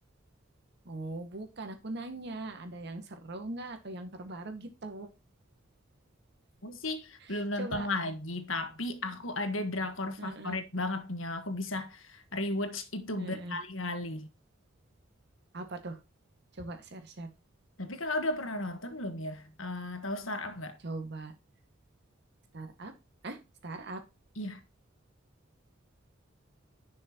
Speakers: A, on the right (about 55°); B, on the left (about 75°).
A: Oh bukan, aku nanya. Ada yang seru nggak atau yang terbaru gitu.
B: Aku sih
A: <laughs>
B: belum nonton
A: Coba.
B: lagi, tapi aku ada drakor
A: Heeh,
B: favorit banget nih yang aku bisa rewatch itu
A: heeh.
B: berkali-kali.
A: Apa tuh? Coba share-share.
B: Tapi kakak udah pernah nonton belum ya? Eh, tahu Startup nggak?
A: Coba startup. Ah, startup.
B: Iya,